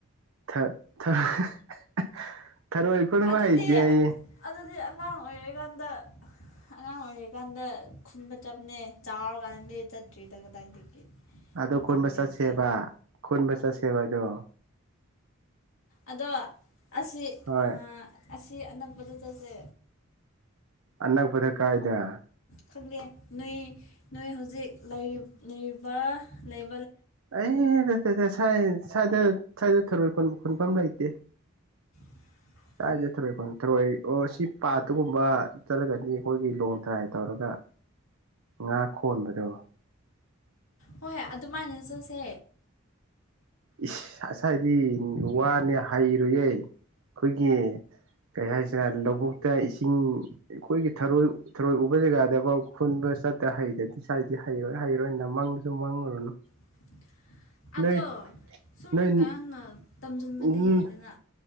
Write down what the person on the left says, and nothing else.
ꯑꯗꯨꯗꯤ
ꯑꯪ- ꯑꯗꯨꯗꯤ ꯑꯉꯥꯡ ꯑꯣꯏꯔꯤꯀꯥꯟꯗ ꯑꯉꯥꯡ ꯑꯣꯏꯔꯤꯀꯥꯟꯗ ꯈꯨꯟꯕ ꯆꯞꯅꯦ ꯆꯥꯎꯔꯀꯥꯟꯗꯗꯤ ꯆꯠꯇ꯭ꯔꯤꯗ ꯀꯗꯥꯏꯗꯒꯤ
ꯃꯇꯝ
ꯂꯩꯇꯦ
ꯑꯗꯣ ꯑꯁꯤ
ꯑꯥ ꯑꯁꯤ ꯑꯅꯛꯄꯗ ꯆꯠꯁꯦ
ꯈꯪꯪꯗꯦ ꯅꯣꯏ ꯅꯣꯏ ꯍꯧꯖꯤꯛ ꯂꯩꯔꯤ ꯂꯩꯔꯤꯕ ꯂꯩ
<inaudible>
ꯍꯣꯏ ꯑꯗꯨꯃꯥꯏꯅ ꯆꯠꯁꯦ
<inaudible> ꯑꯗꯣ
ꯁꯨꯝ
ꯀꯔꯅ ꯇꯝꯖꯟꯕꯗꯤ
ꯌꯥꯏꯗꯅ